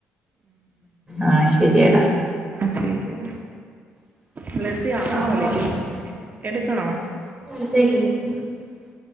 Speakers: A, on the right; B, on the right.
A: ആഹ് ശരിയടാ
B: ആ ശരി
A: <inaudible>
B: ബ്ലെസി അമ്മ വിളിക്കുന്നു എടുക്കണോ